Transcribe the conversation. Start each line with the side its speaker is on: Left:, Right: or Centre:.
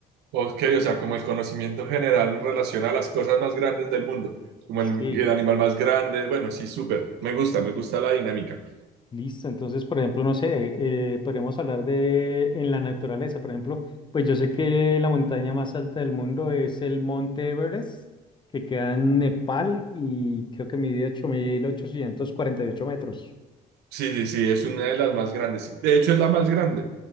Right: Ok, o sea, como el conocimiento general en relación a las cosas más grandes del mundo, como
Left: Sí,
Right: el, el animal más grande, bueno, sí, súper, me gusta, me gusta la dinámica.
Left: listo. Entonces, por ejemplo, no sé, eh, podríamos hablar de en la naturaleza. Por ejemplo, pues yo sé que la montaña más alta del mundo es el Monte Everest, que queda en Nepal y creo que mide 8.848 metros.
Right: Sí, sí, sí, es una de las más grandes. y De hecho, es la más grande.